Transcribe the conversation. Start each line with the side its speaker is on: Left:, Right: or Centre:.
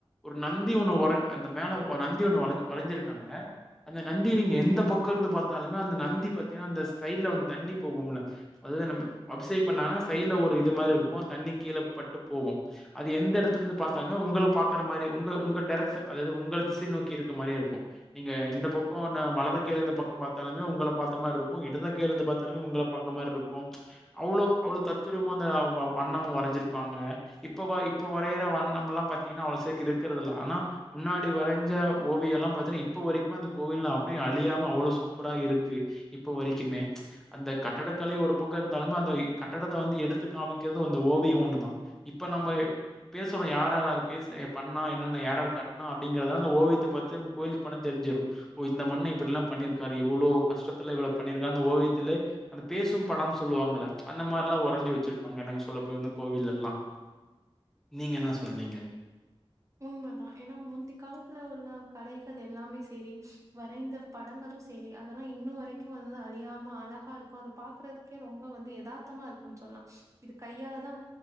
Centre: ஒரு நந்தி ஒண்ணு உர அந்த மேல நந்தி ஒண்ணு வஞ வளைஞ்சிருக்காங்க அந்த நந்தி நீங்க எந்த பக்கம் இருந்து பாத்தாலுமே அந்த நந்தி பாத்தீங்கன்னா அந்த ஸைடல்ல வந்து தண்ணி போகும்ல அதுதா நம்ம அபிசேக் பண்ணா சைட்ல ஒரு இது மாரி இருக்கு தண்ணி கீழ பட்டு போகு அது எந்த எடத்துல இருந்து பாத்தாலுமே உங்கள பாக்கற மாரி உங்க உங்க டரக்ட் அதது உங்க திசை நோக்கி இருக்க மாரியே இருக்கு நீங்க இந்த பக்கோ நா வலது கைல இந்த பக்க பா த்தாலுமே உங்கள பாத்த மாரி இருக்கு இடத கைழ இருந்து பாத்தாலுமே உங்கள பாக்க மாரி இருக்கு அவ்வளோ அவ்ளவு தத்தூரமா அந்த வ வண்ணம் வரைஞ்சிருப்பாங்க இப்ப வா இப்ப வரையற வண்ணம்லா பாத்தீங்கன்னா அவ்ளவு சேர்க்கு இருக்கிறதுதல்ல ஆனா முன்னாடி வரைஞ்ச ஓவியல்ல பத்தீன்னா இப்ப வரைக்கு அந்த கோவில அழியாம அவளோ சூ புறா இருக்கு இப்போ வரைக்குமே அந்த கட்டிடக்கலை ஒரு பக்கம் இருந்தாலுமே இருந்தாலு போக வனானுஅந்த கட்டடத்த வந்து எடுத்து காமிக்கிறது அந்த ஓவிய ஒண்டுதா இப்ப நம்ம பேசுறோ யாரரு அது பேச பண்ணா என்னன்னா யாரரு கட்டன அப்படிங்கறதால அந்த ஓவியத்தை பத்தி நம்ம கோயிலுக்கு பணா தெரிஞ்சிரு ஓ இந்த மண்ண இப்படில்லா பண்ணியிருக்காரு இவ்ளோ கஷ்டத்துல இவள பண்ணிருக்கா அந்த ஓவியத்துலே அந்த பேசும் படம் சொல்லுவாங்கள அந்த மாரில்லா ஒறைஞ்சு வச்சிருப்பாங்க நாங்க சொல்ல போனா கோவில்ல எல்லா நீங்க என்னா சொல்றீங்க
Right: உண்மைதா ஏன்னா முந்தி காலத்துல உள்ள கலைகள் எல்லாமே சரி வரைந்த தடங்களு சேரி அதெல்லா இன்ன வரைக்கு வந்து அழியாமல் அழகா இருக்கு அத பாக்கறதுக்கே ரொம்ப வந்து எதார்த்தமாக இருக்கு கு சொல்லலா இது கையால தா